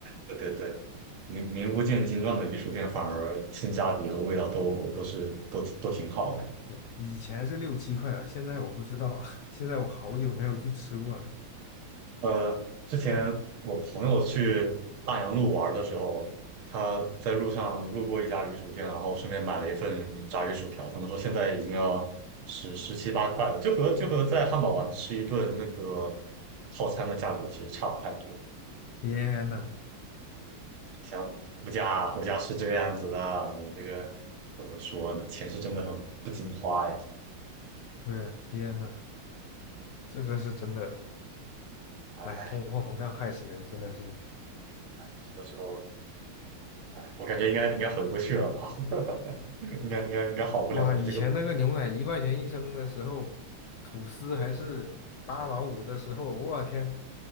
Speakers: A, on the right; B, on the left.
A: 对对对，名名不见经传的鱼薯店反而性价比和味道都都是都都挺好的。
B: 对以前是六七块啊，现在我不知道了，<laughs> 现在我好久没有去吃过了。
A: 呃，之前我朋友去大洋路玩的时候，他在路上路过一家鱼薯店，然后顺便买了一份炸鱼薯条。他们说现在已经要十十七八块了，就和就和在汉堡王吃一顿那个套餐的价格其实差不太多。
B: 天呐，
A: 像物价物价是这个样子的，这个怎么说呢？钱是真的很不经花呀。
B: 对呀，天呐，这个是真的。
A: 哎，
B: 哎，通货膨胀害死人，真的是
A: 什么时候？哎，我感觉应该应该回不去了吧，<laughs> 应该应该应该好不了了。
B: 哇！以前那个牛奶一块钱一升的时候，
A: 这个。
B: 吐司还是八毛五的时候，我天！